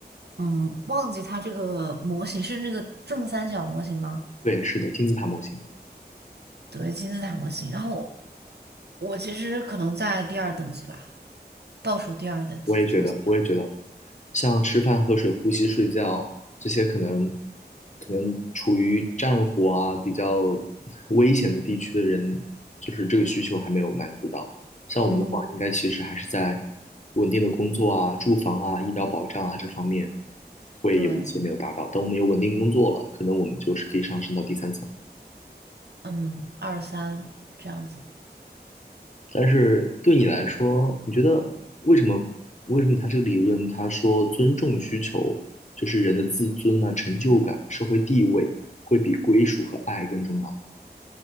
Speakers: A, on the right; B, on the left.
A: 嗯忘记它这个模型是那个正三角模型吗？
B: 对，是的，金字塔模型。
A: 对，金字塔模型。然后我我其实可能在第二等级吧，倒数第二等级，
B: 我也觉得，
A: 从下
B: 我也觉得，像吃饭、喝水、呼吸、睡觉这些，可能可能处于战火啊比较 <laughs> 危险的地区的人，就是这个需求还没有满足到。像我们的话，
A: 嗯。
B: 应该其实还是在稳定的工作啊、住房啊、医疗保障啊这方面会有一些没有达到。
A: 对，
B: 等我们有稳定工作了，可能我们就是可以上升到第三层。
A: 嗯，二三这样子，
B: 但是对你来说，你觉得为什么为什么他这个理论他说尊重需求就是人的自尊啊、成就感、社会地位会比归属和爱更重要？